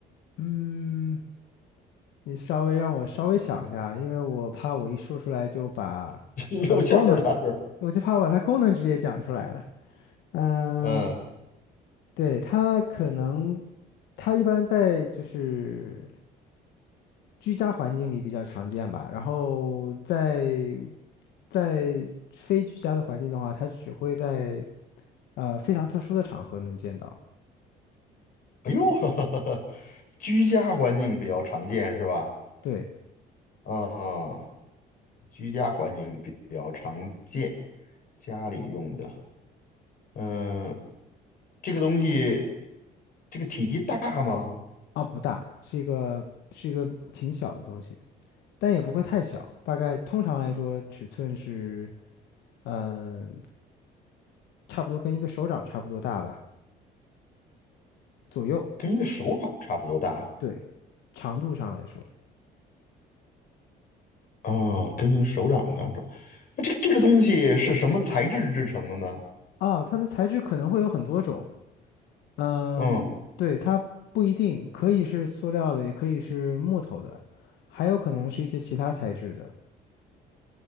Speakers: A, on the left; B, on the left.
A: 嗯，你稍微让我稍微想一下，因为我怕我一说出来就把它的功能，
B: <laughs> 露馅儿了是吧？
A: 我就怕我把它功能直接讲出来了。嗯，
B: 嗯，
A: 对，它可能它一般在就是居家环境里比较常见吧，然后在在非居家的环境的话，它只会在呃非常特殊的场合能见到。
B: 哎呦，<laughs> 居家环境比较常见是吧？
A: 对。
B: 啊、居家环境比较常见，家里用的，嗯、这个东西，这个体积大吗？
A: 啊，不大，是一个是一个挺小的东西，但也不会太小，大概通常来说尺寸是，嗯，差不多跟一个手掌差不多大吧，左右。
B: 跟一个手掌差不多大
A: 对，长度上来说，
B: 啊、跟一个手掌差不多。那这这个东西是什么材质制成的呢？
A: 啊，它的材质可能会有很多种，嗯，
B: 嗯，
A: 对，它不一定，可以是塑料的，也可以是木头的，还有可能是一些其他材质的，